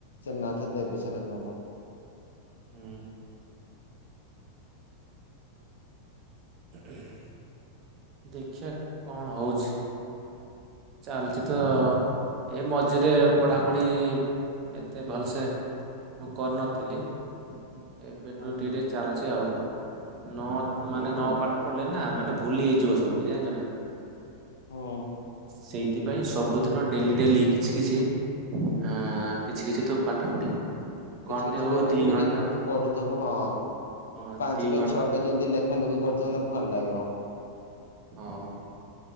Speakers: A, on the left (about 65°); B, on the right (about 35°).
A: ସେମାନେ ଆଉ ଥରେ ଦେବେ ସେଟା ସବୁ।
B: ହୁଁ। <unintelligible> ଦେଖିବା କଣ ହଉଛି? ଚାଲିଛି ତ ଏ ମଝିରେ ପଢାପଢି ଏତେ ଭଲସେ। ମୁଁ କରିନଥିଲି ଏବେଠୁ
A: ହୁଁ
B: ଟିକେ
A: ହୁଁ
B: ଟିକେ ଚାଲଛି। ଅଛି ଆଉ ନ ମାନେ ନ ପାଠ ପଢ଼ିଲେ ନା ମାନେ ଭୁଲି ହେଇଯିବ ସବୁ କିଛି ଜାଣିଛ ନା।
A: ହୁଁ।
B: ସେଇଥିପାଇଁ ସବୁଦିନ ଡେଲି ଡେଲି କିଛି କିଛି ଆ କିଛି କିଛି ତୁ ପାଠ ପଢିବୁ।
A: କିଛି
B: ଘଣ୍ଟେ
A: କିଛି
B: ହଉ
A: ଲେଖୁଥିବୁ
B: ଦି ଘଣ୍ଟା
A: କିଛି କିଛି
B: ହଉ
A: ପଢୁଥିବୁ ହଁ
B: ହଁ
A: ପାଞ୍ଚ
B: ଦି
A: ପାଇଁ
B: ଘଣ୍ଟା
A: ଛଅ
B: ହଉ
A: ପାଇଁ ଯେମିତି ଲ ଖାଣ୍ଡ କରୁଲେ ଭଲ ଲାଗିବ।
B: ହଁ।